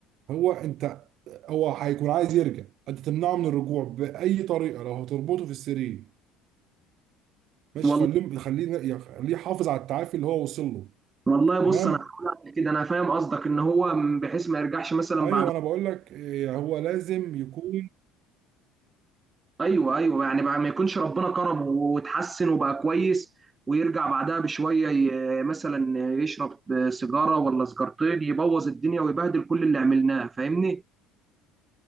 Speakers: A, on the right; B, on the right.
A: هو انت هو هيكون عايز يرجع انت تمنعه من الرجوع باي طريقه لو هتربطه في السرير مش
B: والله
A: خليه خليه خليه يحافظ على التعافي اللي هو وصل له
B: والله
A: تمام
B: بص انا هحاول أعمل كده انا فاهم قصدك ان هو بحيث ما يرجعش مثلا
A: ايوه
B: بعد
A: انا بقول لك إيه، هو لازم يكون
B: ايوه ايوه يعني بقى ما يكونش ربنا كرمه وتحسن وبقى كويس ويرجع بعدها بشويه ي- مثلا يشرب سيجاره ولا سيجارتين يبوظ الدنيا ويبهدل كل اللي عملناه فاهمني